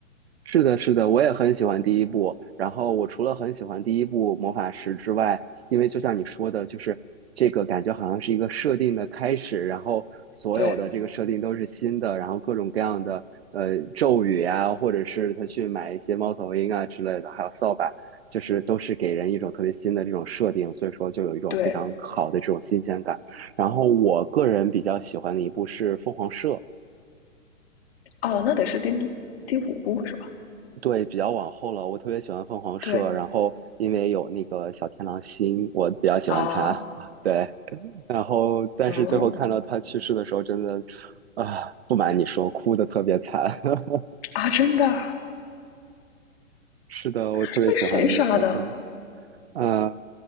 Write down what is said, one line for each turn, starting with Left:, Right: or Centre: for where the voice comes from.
Right: 是的，是的，我也很喜欢第一部。然后我除了很喜欢第一部《魔法石》之外，因为就像你说的，就是这个感觉好像是一个设定的开始，然后所有的这个设定都是新的，
Left: 对
Right: 然后各种各样的呃咒语啊，或者是他去买一些猫头鹰啊之类的，还有扫把，就是都是给人一种特别新的这种设定，所以说就有一种非常好的这种新鲜感。
Left: 对，
Right: 然后我个人比较喜欢的一部是《凤凰社》。
Left: 哦，那得是第第五部是吧？
Right: 对，比较往后了。我特别喜欢凤凰社，
Left: 对
Right: 然后因为有那个小天狼星，我比较喜欢他啊对，
Left: 啊，
Right: 然后但是最后看到他去世的时候，
Left: 嗯
Right: 真的啊，不瞒你说，哭的特别惨。<laughs>
Left: 啊，真的啊
Right: 是的，我特别喜欢小天狼，
Left: 是被谁杀的？
Right: 呃，